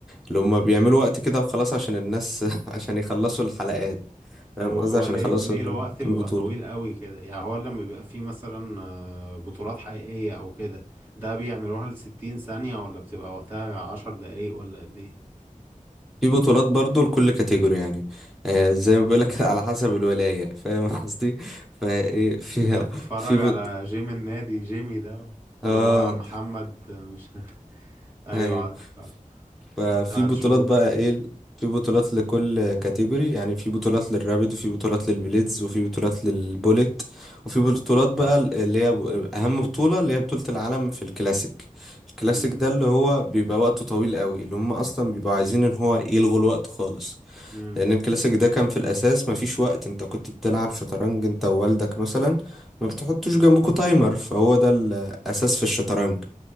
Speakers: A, in the centre; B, on the right.
A: اللي هما بيعملوا وقت كده وخلاص عشان الناس <laughs> عشان يخلصوا الحلقات
B: طب
A: فاهم قصدي
B: هو
A: عشان
B: ليه
A: يخلصوا
B: ليه
A: ال-
B: الوقت بيبقى
A: البطولة
B: طويل قوي كده يعني هو لما بيبقى فيه مثلا بطولات حقيقية أو كده ده بيعملوها لستين ثانية ولا بتبقى وقتها عشر دقايق ولا قد إيه
A: في بطولات برضو لكل كاتيجوري يعني آه زي ما بيقولك <laughs> على حسب الولاية فاهم قصدي فايه فيها
B: أنت بتتفرج
A: في بط...
B: على جيم النادي جيمي ده
A: اه
B: اللي هو محمد مش <laughs> أيوه
A: ايوه
B: عارف عارف
A: ففي
B: بتاع
A: بطولات
B: الشورت
A: بقى ايه في بطولات لكل كاتيجوري يعني في بطولات للرابد وفي بطولات للبليدز وفي بطولات للبوليت وفي بطولات بقى اللي هي اهم بطولة اللي هي بطولة العالم في الكلاسيك الكلاسيك
B: امم
A: ده اللي هو بيبقى وقته طويل قوي اللي هم اصلا بيبقوا عايزين ان هو يلغوا الوقت خالص
B: امم
A: لان الكلاسيك ده كان في الاساس مفيش وقت انت كنت بتلعب شطرنج انت ووالدك مثلا ما بتحطوش جنبكوا تايمر فهو ده الاساس في الشطرنج